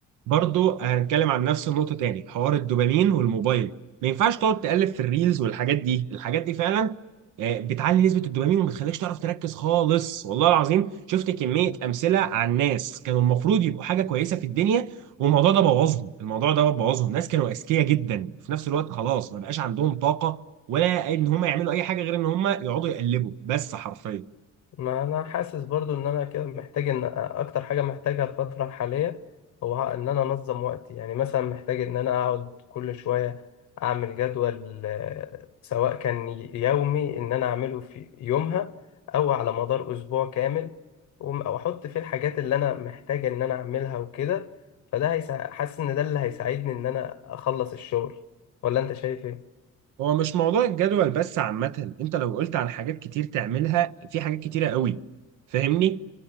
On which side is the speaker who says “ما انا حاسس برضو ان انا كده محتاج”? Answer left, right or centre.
Left